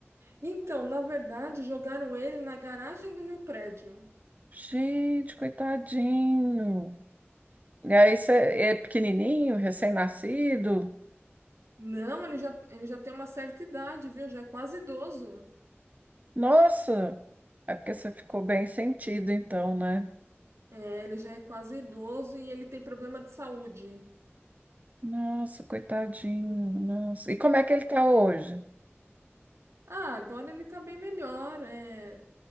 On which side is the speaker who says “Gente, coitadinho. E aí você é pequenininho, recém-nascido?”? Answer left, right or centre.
Right